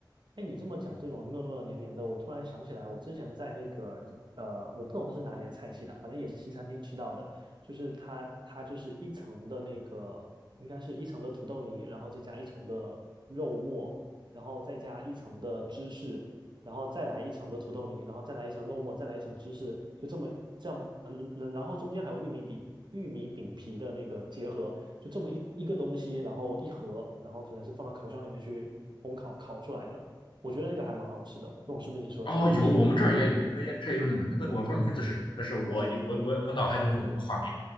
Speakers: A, on the right; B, on the left.
A: 哎，你这么讲这种糯糯的黏黏的，我突然想起来，我之前在那个呃，我不懂这是哪里的菜系的，反正也是西餐厅吃到的，就是它它就是一层的那个，应该是一层的土豆泥，然后再加一层的肉末，然后再加一层的芝士，然后再来一层的土豆泥，然后再来一层肉末，再来一层芝士，就这么这样，呃，然后中间还有玉米饼玉米饼皮的那个结合，就这么一一个东西，然后一盒，然后可能是放到烤箱里面去烘烤烤出来的。我觉得那个还蛮好吃的，我不懂是不是你说的这个东西。
B: 哦，有，我们这儿也有，我们也这儿也有那个那个，我不知道名字是什么，但是我有我我我脑海中的那个画面，